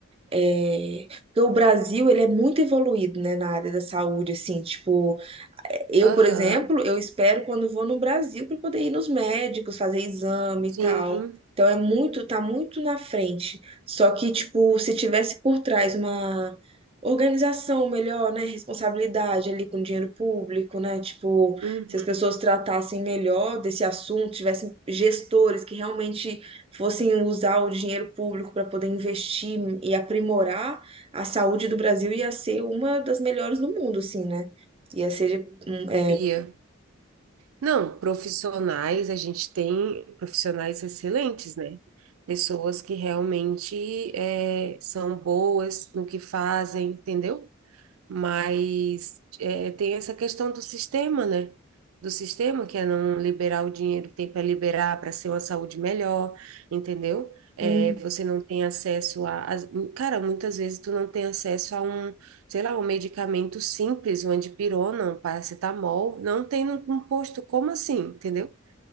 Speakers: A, on the right; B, on the right.
A: é, porque o Brasil, ele é muito evoluído, né, na área da saúde, assim, tipo, Eu,
B: Aham,
A: por exemplo, eu espero quando vou no Brasil para poder ir nos médicos, fazer exame
B: sim.
A: e tal. Então é muito, tá muito na frente. Só que, tipo, se tivesse por trás uma organização melhor, né? Responsabilidade ali com dinheiro público, né? Tipo,
B: Uhum.
A: se as pessoas tratassem melhor desse assunto, tivessem gestores que realmente fossem usar o dinheiro público para poder investir e aprimorar, a saúde do Brasil ia ser uma das melhores do mundo, assim, né? Ia ser Hum, É,
B: Ia. Não, profissionais, a gente tem profissionais excelentes, né? Pessoas que realmente eh, são boas no que fazem, entendeu? Mas é, tem essa questão do sistema, né? Do sistema, que é não liberar o dinheiro que tem para liberar para ser uma saúde melhor, entendeu? É,
A: hum,
B: você não tem acesso a, a- Cara, muitas vezes tu não tem acesso a um, sei lá, um medicamento simples, uma dipirona, um paracetamol, não tem num num posto. Como assim, entendeu?